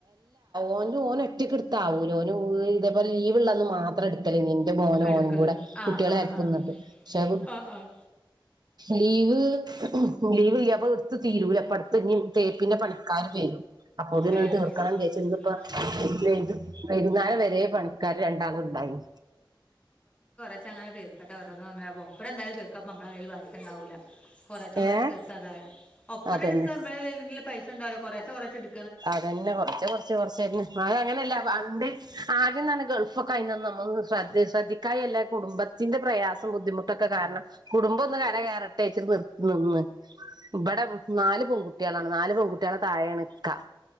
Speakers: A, on the right; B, on the left.
A: ഓൻ ഓൻ ഒറ്റക്കിടുത്താവൂല ഓന് ഇതേപലെ ലീവ് ഉള്ളന്ന് മാത്രം ഇടക്കലയിന്നു ഇന്റെ മോനും
B: എടുക്കല്
A: ഓനും കൂടെ
B: ആഹ്
A: കുട്ടിആളെ
B: ആഹ്
A: അടുത്ത്ന്ന്ട്ട്
B: ആഹ്
A: പക്ഷെ ആ
B: ആഹ് ആഹ്
A: ലീവ് ലീവ്കയ്യാ അപ്പൊ ഇടുത്ത് തീരൂല ഇപ്പഅടുത്ത് ഇഞ്ഞി തേപ്പിന്റെ പണിക്കാരിന്റായിന് അപ്പോത്തിന്
B: വരും
A: ഇക്കാനെങ്കി ഇച്ച് ഇന്ന്പ്പോ വൈകു വൈകുന്നേരം വരെ പണിക്കാര് രണ്ടാള് ഇണ്ടായിന്നു
B: ഇപ്പങ്ങനെ തീർക്കട്ടെ ഒരോന്ന് ഒരോന്ന് ഒപ്പരം എന്തായാലും തീർക്കാണ് പമ്മളെ കയ്യില് ബാലൻസ് ഇണ്ടാവൂല കൊറേച്ചേ കൊറേച്ചേ
A: ഏഹ്
B: തീർത്ത അതായി ഒപ്പരെട്ക്കാമ്പഴാല്ലെങ്കിലും
A: അതന്നെ
B: പൈസണ്ടാകൂല കൊറേച്ചേ കൊറേച്ചേ ഇട്
A: അതന്നെ കൊറച്ച് കൊറച്ച് കൊറചെന്നെ ന്നാലും അങ്ങനെയല്ല പണ്ടേ ആദ്യന്നാണ് ഗൾഫൊക്കെ അയ്ന്ന് നമ്മക്ക് ശ്രദ്ധി ശ്രദ്ധിക്കായല്ല കുടുംബത്തിന്റെ പ്രയാസം ബുദ്ധിമുട്ടൊക്കെ കാരണം കുടുംബം ഒന്ന് കരകേറട്ടേച്ചി നിർ നിന്ന് ഇവിടെ നാല് പൊൺകുട്ടികളാണ് നാല് പെൺകുട്ടികളെ താഴെയാണ് ക്കാ